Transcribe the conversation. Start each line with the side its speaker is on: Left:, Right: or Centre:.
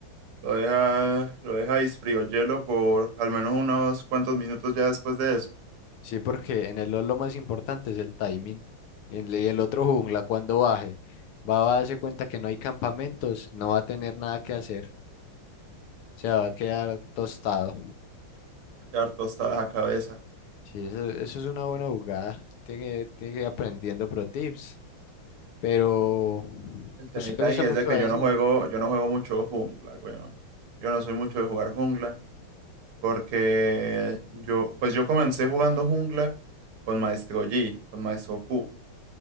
Right: Lo deja, lo deja frío hielo por al menos unos cuantos minutos ya después de eso.
Left: Sí, porque en el LoL lo más importante es el timing. Y el y el otro jungla cuando baje va a darse cuenta que no hay campamentos, no va a tener nada que hacer, se va a quedar tostado.
Right: Quedar tostada esa cabeza.
Left: Sí, eso, eso es una buena jugada. Tiene que, tiene que ir aprendiendo pro tips Pero
Right: El temita
Left: usted le gusta
Right: ahí es
Left: mucho
Right: de que
Left: a
Right: yo
Left: decir
Right: no juego, yo no juego mucho jungla, weón. Yo no soy mucho de jugar jungla porque yo, pues yo comencé jugando jungla con Maestro Yi, con Maestro Q,